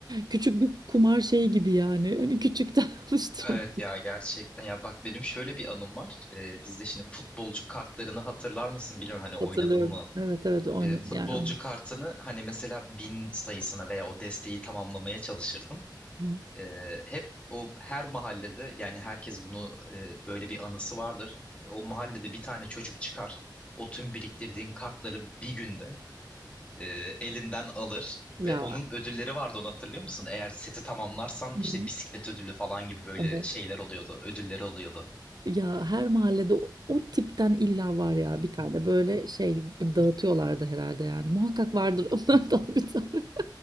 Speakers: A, on the right; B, on the left.
A: Küçük bir kumar şeyi gibi yani. Hani küçükten <laughs> alıştırma.
B: evet ya gerçekten. Ya bak benim şöyle bir anım var. Ee, bizde şimdi futbolcu kartlarını hatırlar mısın bilmiyorum hani oynadın
A: Hatırlıyorum.
B: mı?
A: Evet evet oyna
B: Ee, futbolcu
A: yani oyna.
B: kartını hani mesela bin sayısına veya o desteği tamamlamaya çalışırdın.
A: Hı.
B: E, hep o her mahallede yani herkes bunu e, böyle bir anısı vardır. E, O mahallede bir tane çocuk çıkar. O tüm biriktirdiğin kartları bir günde e, elinden alır
A: Ya
B: ve onun ödülleri vardı onu hatırlıyor musun? Eğer seti tamamlarsan
A: Hı.
B: işte bisiklet ödülü falan gibi böyle
A: evet.
B: şeyler oluyordu, ödülleri oluyordu.
A: Ya her mahallede o, o tipten illa var ya bir tane böyle şey dağıtıyorlardı herhalde yani. Muhakkak vardır <laughs> onlardan bir tane.